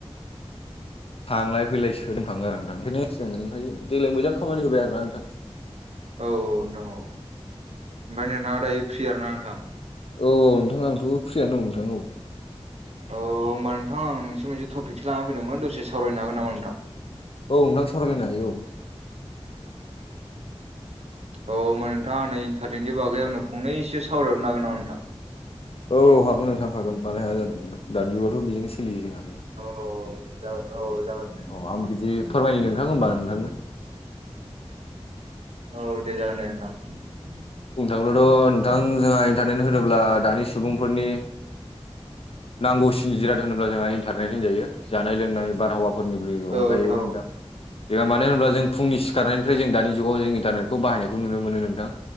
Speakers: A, on the left; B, on the right.
A: थांलाय फैलाय सोनो थाङो आरो नोंथां बेनो <unintelligible> देग्लाय मोजां खामानि होबाय आरो ना नोंथां।
B: औ नोंथां औ ओमफाय नोंना दायो फ्रि आरोना नोंथां?
A: औ औ नोंथां आंथ' फ्रियानो दं नोंथां औ।
B: अ होमबा नोंथां आं नोंसिम मोनसे टपिकसो लाना फैदोंमोन दसे सावरायनो हागोन नामा नोंथां?
A: औ नोंथां सावरायलायनो हायो औ।
B: औ होमबा नोंथाङा आंनो इन्टारनेटनि बागै आंनो फंनैसो सावरायहरनो हागोन नामा नोंथां?
A: औ हागोन नोंथां हागोन मानो हाया जानो नोंथां दानि जुगावथ' बेजोंनो सोलियो जोंहा।
B: नोंथां औ जागोन औ जागोन दे नोंथां
A: औ आं बिदि फोरमायनो नोंथां होमबा नोंथांनो
B: औ दे जागोन दे नोंथां।
A: बुंनो थाङोलाथ' नोंथां जोंहा इन्टारनेट होनोब्ला दानि सुबुंफोरनि नांगौसिनि जिराद होनोब्ला जोंहा इन्टारनेट होनजायो जानाय लोंनाय बारहावा फोरनिफ्रि अनगायैबो
B: औ औ
A: नोंथां। जोहा मानो होनोब्ला जों फुंनि सिखारनायनिफ्राय जों दानि जुगाव जों इन्टारनेटखौ बायनायखौ नुनो मोनो नोंथां।